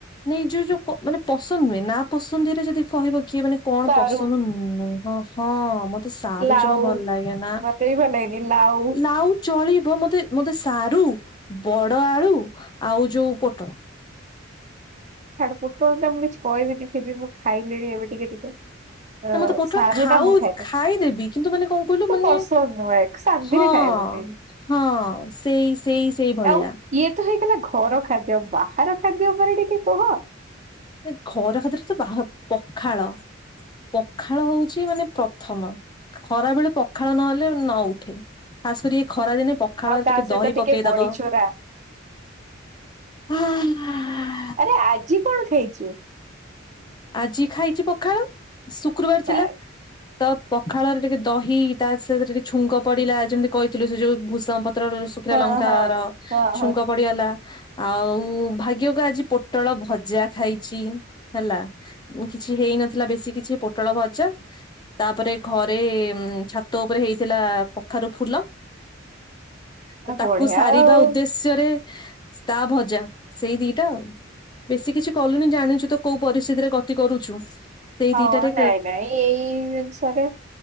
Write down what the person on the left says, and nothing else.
ନାଇଁ ଯୋଉ, ଯୋଉ ମାନେ ପସନ୍ଦ ନୁହେ ନା ପସନ୍ଦରେ ଯଦି କହିବ କିଏ ମାନେ। କଣ
ପସନ୍ଦ ନୁ ହଁ ମତେ। ତୋ ସାରୁ
ଜମା ଭଲ ଲାଗେ ନା
ଲାଉ। ଚଳିବ ମତେ, ମତେ ସାରୁ ବଡ ଆଳୁ ଆଉ ଯୋଉ ପୋଟଳ।
ନା ମତେ ପୋଟଳ
ଖାଉ
ଖାଇଦେବି କିନ୍ତୁ ମାନେ କ'ଣ କହିଲୁ
ମାନେ
ହଁ।
ହଁ ସେଇ, ସେଇ, ସେଇ ଭଳିଆ।
ମାନେ ଘର ଖାଦ୍ୟରେ ତ ବାହାର ପଖାଳ। ପଖାଳ ହଉଛି ମାନେ ପ୍ରଥମ। ଖରା ବେଳେ ପଖାଳ ନହେଲେ ନ ଉଠେ ଖାସ କରି ଏ ଖରା ଦିନେ ପଖାଳ। ପଖାଳରେ
ଟିକେ
ଦହି ପକେଇ
ଦବ
ଆ।
ଆଜି ଖାଇଛି ପଖାଳ ଶୁକ୍ରବାର
ଥିଲା। ତ ପଖାଳରେ ଟିକେ ଦହି ତା ସହିତ ଟିକେ ଛୁଙ୍କ ପଡିଲା ଯେମିତି କହିଥିଲୁ ସେ ଯୋଉ ଭୂଷଙ୍ଗପତ୍ର। ଶୁଖିଲା
ଲଙ୍କାର
ଛୁଙ୍କ।
ପଡିଗଲା ଆଉ ଭାଗ୍ୟକୁ ଆଜି ପୋଟଳ ଭଜା ଖାଇଛି ହେଲା। କିଛି ହେଇନଥିଲା ବେଶୀ କିଛି ପୋଟଳ ଭଜା। ତାପରେ ଘରେ ଛାତ ଉପରେ ହେଇଥିଲା କଖାରୁ ଫୁଲ। ତ
ତାକୁ
ସାରିବା
ଉଦ୍ଦେଶ୍ୟ। ନିଜରେ ତା ଭଜା ସେଇ ଦିଟା ଆଉ। ବେଶୀ କିଛି କଲୁନି ଜାଣିଚୁ ତ କୋଉ ପରିସ୍ଥିତିରେ ଗତି କରୁଛୁ। ସେଇ
ଦିଟାରେ